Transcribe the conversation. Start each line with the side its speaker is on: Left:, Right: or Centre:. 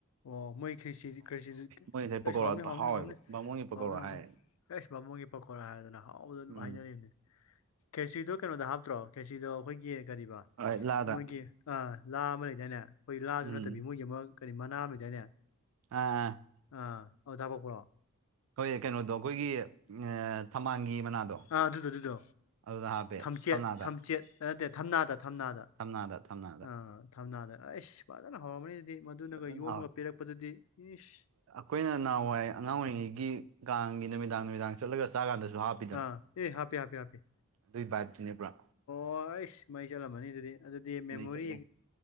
Left: ꯑꯣ ꯃꯣꯢ ꯈꯦꯆꯤ ꯈ꯭ꯔꯦꯆ꯭ꯔꯤꯁꯤ
Right: ꯃꯣꯏꯒꯤꯗꯩ
Left: ꯀ
Right: ꯄꯀꯧꯔꯥꯗꯣ
Left: ꯍꯥꯎꯅꯤ ꯍꯥꯎꯅꯤ
Right: ꯍꯥꯎꯋꯦꯕ
Left: ꯍꯥꯎꯅꯤ
Right: ꯕꯥꯃꯣꯟꯒꯤ ꯄꯀꯧꯔꯥ
Left: ꯍꯥꯎꯅꯤ ꯍꯥꯎꯅꯤ
Right: ꯍꯥꯏꯔꯦ
Left: ꯑꯦꯁ ꯕꯥꯃꯣꯟꯒꯤ ꯄꯀꯧꯔꯥ ꯍꯥꯏꯔꯦꯗꯅ ꯍꯥꯎꯕꯗ ꯑꯗꯨ
Right: ꯎꯝ
Left: ꯍꯥꯏꯅꯔꯤꯅꯤ ꯈꯦꯆꯤꯗꯣ ꯀꯩꯅꯣꯗ ꯍꯥꯞꯇ꯭ꯔꯣ ꯈꯦꯆꯤꯗꯣ ꯑꯩꯈꯣꯏꯒꯤ ꯀꯔꯤꯕ
Right: ꯍꯣꯏ ꯂꯥꯗ
Left: ꯃꯣꯏꯒꯤ ꯑꯥ ꯂꯥ ꯑꯃ ꯂꯩꯗꯥꯏꯅꯦ ꯑꯈꯣꯏ ꯂꯥꯁꯨ
Right: ꯎꯝ
Left: ꯅꯠꯇꯕꯤ ꯃꯣꯏꯒꯤ ꯑꯃ ꯀꯔꯤ ꯃꯅꯥ ꯑꯃ ꯂꯩꯗꯥꯏꯅꯦ
Right: ꯑꯥ ꯑꯥ
Left: ꯑꯥ ꯑꯗꯨꯗ ꯍꯥꯄꯛꯄ꯭ꯔꯣ
Right: ꯍꯣꯏ ꯀꯩꯅꯣꯗꯣ ꯑꯈꯣꯏꯒꯤ ꯊꯝꯕꯥꯜꯒꯤ ꯃꯅꯥꯗꯣ
Left: ꯑꯥ ꯑꯗꯨꯗꯣ ꯑꯗꯨꯗꯣ
Right: ꯑꯗꯨꯗ ꯍꯥꯞꯄꯦ
Left: ꯊꯝꯆꯦꯠ
Right: ꯊꯝꯅꯥꯗ
Left: ꯊꯝꯆꯦꯠ ꯅꯠꯇꯦ ꯊꯝꯅꯥꯗ ꯊꯝꯅꯥꯗ
Right: ꯊꯝꯅꯥꯗ ꯊꯝꯅꯥꯗ
Left: ꯑꯥ ꯊꯝꯅꯥꯗ ꯑꯩꯁ ꯐꯖꯅ ꯍꯧꯔꯝꯃꯅꯤ ꯑꯗꯨꯗꯤ ꯃꯗꯨꯅꯒ
Right: ꯐꯖꯅ
Left: ꯌꯣꯝꯃꯒ ꯄꯤꯔꯛꯄꯗꯨꯗꯤ ꯏꯁ
Right: ꯈꯣꯏꯅ ꯅꯍꯥꯟꯋꯥꯏ ꯑꯉꯥꯡ ꯑꯣꯏꯔꯤꯉꯩꯒꯤ ꯀꯥꯡꯒꯤ ꯅꯨꯃꯤꯗꯥꯡ ꯅꯨꯃꯤꯗꯥꯡ ꯆꯠꯂꯒ ꯆꯥꯒꯥꯟꯗꯁꯨ ꯍꯥꯞ
Left: ꯑꯥ ꯑꯦ ꯍꯥꯄꯤ ꯍꯥꯄꯤ ꯍꯥꯄꯤ
Right: ꯑꯗꯨꯏ ꯕꯥꯢꯞꯇꯨꯅꯤ ꯄꯨꯔꯥ
Left: ꯑꯣ ꯑꯩꯁ ꯃꯩ ꯆꯠꯂꯝꯃꯅꯤ ꯑꯗꯨꯗꯤ ꯑꯗꯨꯗꯤ ꯃꯦꯃꯣꯔꯤ
Right: ꯃꯩ ꯆꯠꯂꯦ